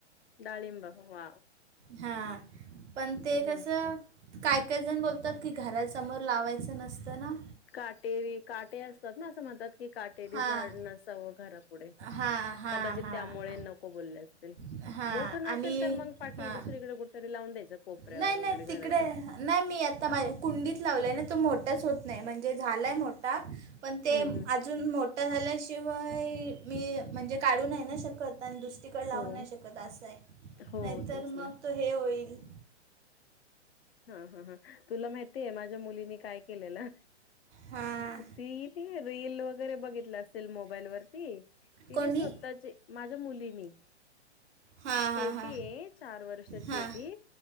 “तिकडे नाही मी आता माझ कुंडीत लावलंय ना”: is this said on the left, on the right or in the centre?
Right